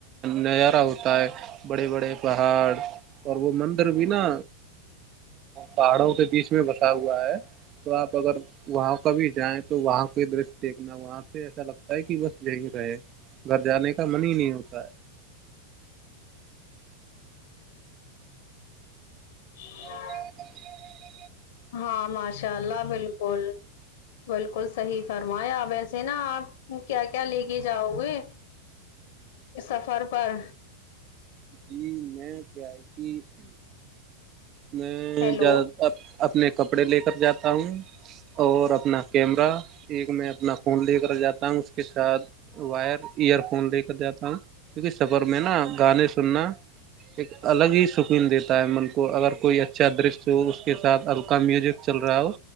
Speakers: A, on the right (about 35°); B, on the left (about 55°).
A: نظارہ ہوتا ہے بڑے بڑے پہاڑ اور وہ مندر بھی نا پہاڑوں کے بیچ میں بسا ہوا ہے تو آپ اگر وہاں کبھی جائیں تو وہاں کو درش دیکھنا وہاں سے ایسا لگتا ہے کہ بس یہیں رہے گھر جانے کا من ہی نہیں ہوتا ہے
B: <unintelligible>
A: <unintelligible>
B: ہاں ماشاء اللہ بالکل بالکل صحیح فرمایا آپ ایسے نا آپ کیا کیا لے کے جاؤ گے سفر پر
A: جی میں کیا ہے کہ میںیاد
B: ہیلو
A: اپنے کپڑے لے کر جاتا ہوں اور اپنا کیمرہ ایک میں اپنا فون لے کر جاتا ہوں اس کے ساتھ وائر ایئر فون لے کر جاتا ہوں کیونکہ سفر میں نا گانے سننا ایک الگ ہی سکین دیتا ہے من کو اگر کوئی اچھا درش ہو اس کے ساتھ ہلکا میوزک چل رہا ہو